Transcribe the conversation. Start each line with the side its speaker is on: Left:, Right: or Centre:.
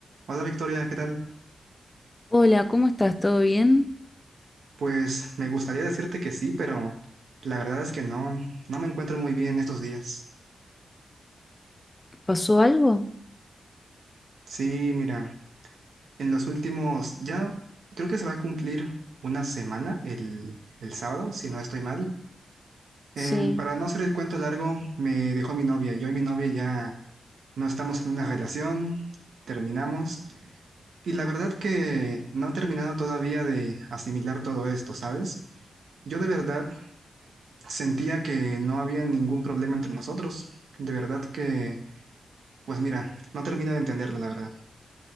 Right: Hola Victoria, ¿qué tal?
Left: Hola, ¿cómo estás? ¿Todo bien?
Right: Pues me gustaría decirte que sí, pero la verdad es que no, no me encuentro muy bien estos días.
Left: ¿Pasó algo?
Right: Sí, mira, en los últimos, ya creo que se va a cumplir una semana el, el sábado, si no estoy mal. Em,
Left: Sí,
Right: para no hacer el cuento largo, me dejó mi novia. Yo y mi novia ya no estamos en una relación, terminamos. Y la verdad que no he terminado todavía de asimilar todo esto, ¿sabes? Yo de verdad Sentía que no había ningún problema entre nosotros. De verdad que, pues mira, no termino de entenderlo, la verdad.